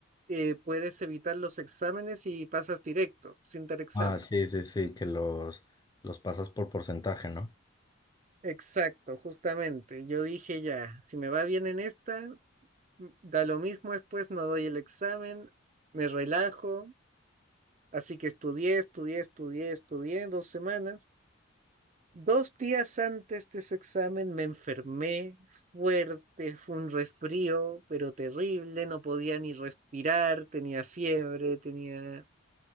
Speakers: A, on the right; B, on the left.
A: eh, puedes evitar los exámenes y pasas directo, sin dar examen.
B: Ah, sí, sí, sí, que los, los pasas por porcentaje, ¿no?
A: Exacto, justamente. Yo dije ya, si me va bien en esta, m- da lo mismo después, no doy el examen, me relajo. Así que estudié, estudié, estudié, estudié dos semanas. Dos días antes de ese examen me enfermé fuerte, fue un resfrío, pero terrible, no podía ni respirar, tenía fiebre, tenía